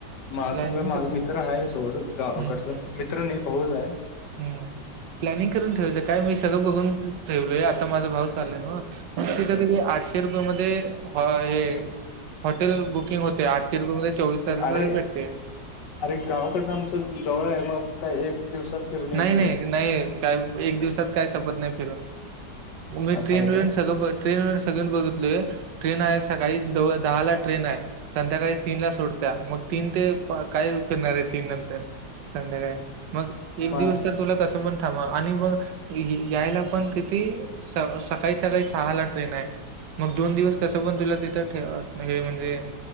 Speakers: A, on the left; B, on the right.
A: माझ
B: प्लॅनिंग
A: संघ माझा
B: करून
A: मित्र हाय सोड गावाकडचा
B: हम्म
A: मित्र नाय भाऊच आय.
B: हम्म प्लॅनिंग करून ठेवायचं काय मी सगळं बघून ठेवलोय आता माझा भाऊ चाललंय ना तिथं ती आठशे रुपये मध्ये हा
A: आहे
B: हे हॉटेल बुकिंग होते आठशे रुपया मध्ये चोवीस तासाचा
A: अरे
B: भेट
A: अरे गावाकडनं आमचं जवळ आहे मग काय एक दिवसात फिरून येतोय.
B: नाही नाही नाही काय एक दिवसात काय शपत नाही फिरून मी
A: असं
B: ट्रेन
A: आहे
B: ब्रेन
A: का
B: सगळं बत ट्रेन व्रेन सगळंन बघतिलोय. ट्रेन आहे सकाळी दो दहा ला ट्रेन आहे संध्याकाळी तीन ला सोडत्या मग तीन ते पा काय फिरणार आहे तीन नंतर संध्याकाळी. मग एक
A: म
B: दिवस तर तुला कसं पण थांबवा आणि मग इ ही यायला पण किती स सकाळी सकाळी सहा ला ट्रेन आहे. मग दोन दिवस कसं पण तुला तिथं ठेवा हे म्हणजे